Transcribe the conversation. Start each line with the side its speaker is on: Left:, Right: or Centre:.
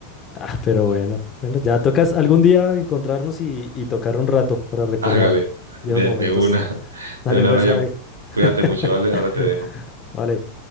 Left: Ah, pero
Right: Entonces,
Left: bueno, bueno, ya tocas
Right: sí.
Left: algún día encontrarnos y, y tocar un rato para recordar
Right: Hágale, de,
Left: viejos momentos.
Right: de una, <laughs>
Left: Dale
Right: de una,
Left: pues,
Right: Brian.
Left: Javi.
Right: Cuídate
Left: <laughs>
Right: mucho, ¿vale? Ahora te dejo.
Left: Vale.